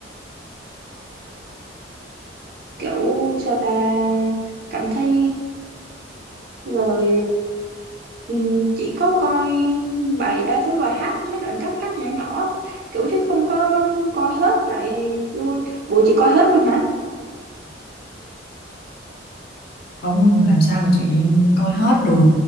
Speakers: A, on the right; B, on the left.
A: kiểu sao ta cảm thấy rồi ừm, chỉ có coi bài đa số bài hát mấy đoạn cắt cắt nhỏ nhỏ kiểu chứ không có coi hết lại luôn bộ chỉ coi hết luôn hả
B: không làm sao mà chị coi hết được